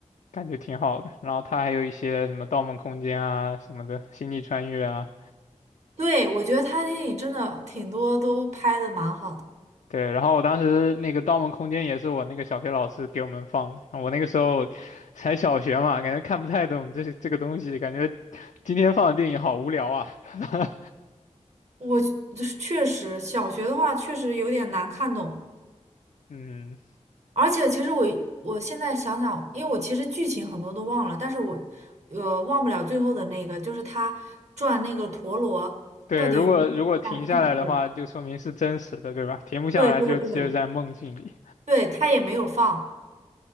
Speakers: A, on the left; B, on the right.
A: 感觉挺好的。然后他还有一些什么《盗梦空间》啊什么的，《星际穿越》啊。
B: 对，我觉得他电影真的挺多都拍的蛮好的。
A: 对，然后我当时那个《盗梦空间》也是我那个小学老师给我们放的，然后我那个时候才小学嘛，感觉看不太懂这些这个东西，感觉今天放的电影好无聊啊。<laughs>
B: 我就是确实小学的话确实有点难看懂，
A: 嗯，
B: 而且其实我我现在想想，因为我其实剧情很多都忘了，但是我呃忘不了最后的那个，就是他转那个陀螺到底有没有往下是不是？
A: 对，如果如果停下来的话，就说明是真实的，对吧？停不下来就只有在梦境里。
B: 对对对。对，他也没有放。